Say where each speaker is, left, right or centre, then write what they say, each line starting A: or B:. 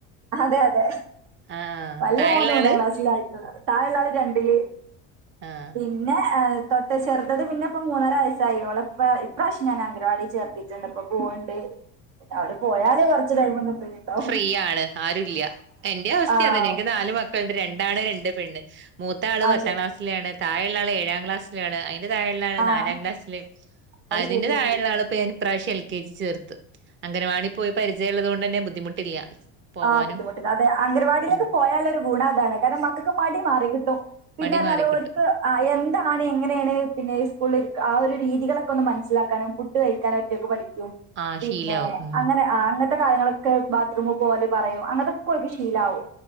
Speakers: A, on the right; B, on the right.
A: അതെ അതെ
B: ആഹ്
A: വല്ല്യ
B: താഴെയുള്ള
A: മോന് മൂന്നാം
B: ആള്
A: ക്ലാസിലായി താഴെയുള്ള ആള് രണ്ടില്
B: ആഹ്
A: പിന്നെ ഏഹ് തൊട്ട് ചെറുത്തത് പിന്നെ ഇപ്പ മൂന്നര വയസ്സായി ഓള് ഇപ്പ ഇപ്രാവശ്യം ഞാൻ അംഗനവാടി ചേർത്തിട്ടുണ്ട് ഇപ്പൊ പോവണ്ട് പിന്നെ അവര് പോയാല് കുറച്ച് ടൈമോന്നു ഫ്രീ ഉണ്ടാവും
B: ഫ്രീ ആണ് ആരുല്ലൃാ എന്റെ അവസ്ഥ
A: ആഹ്
B: അതെ എനിക്ക് നാല് മക്ക് <unintelligible> രണ്ടാണ് രണ്ട് പെണ്ണ് മൂത്ത ആള്
A: അത്
B: പത്താം
A: ശരി
B: ക്ലാസിലാണ് താഴെയുള്ള ആള് ഏഴാം ക്ലാസ്സിലാണ് അ അതിന്റെ താഴെയുള്ളാള്
A: ആഹ്
B: നാലാം ക്ലാസില്
A: അത്
B: അതിന്റെ
A: ശരി
B: താഴെയുള്ള ആളിപ്പൊ ഇപ്രാവശ്യം എൽ കെ ജി ചേർ <unintelligible> അംഗനവാടി പോയി പരിചയളുള്ളത് കൊണ്ട് തന്നെ ബുദ്ധിമുട്ടില്ല പോവാനും
A: ആഹ് ബുദ്ധിമുട്ട് അതെ അംഗനവാടിയിലേക്ക്
B: ഉം
A: പോയാലുള്ള ഒരു ഗുണം അതാണ് കാരണം മക്കൾക്ക് മടി മാറിക്കിട്ടും പിന്നെല്ലാ
B: മടി മാറി കിട്ടും
A: ഓർക്ക് എന്താണ് എങ്ങനെയാണ് പിന്നെ സ്കൂളില് ആ ഒരു രീതികളൊക്കെ ഒന്ന് മനസ്സിലാക്കാനും ഫുഡ് കഴിക്കാനും ഒറ്റൊക്കെ പഠി ക്കും
B: ആഹ്
A: പിന്നെ
B: ശീലാവും ഉം
A: അങ്ങനെ ആഹ് അങ്ങ ത്തെ കാര്യങ്ങളൊക്കെ ബാത്റൂമ് പോലെ പറയും അങ്ങനത്തൊക്കെ ഓർക്ക് ശീലാവും